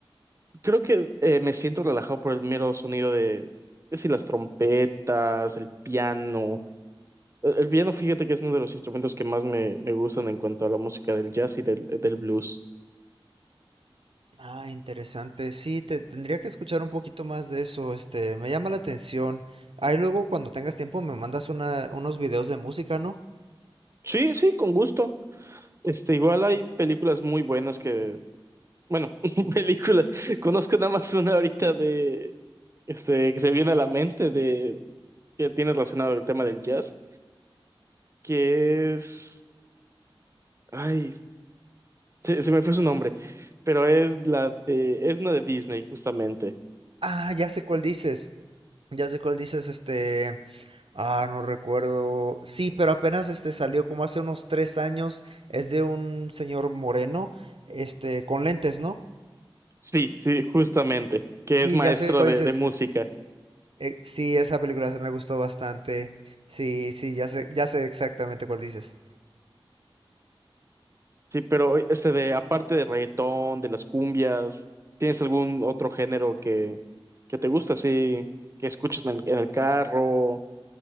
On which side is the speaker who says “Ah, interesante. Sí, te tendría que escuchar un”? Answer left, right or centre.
Right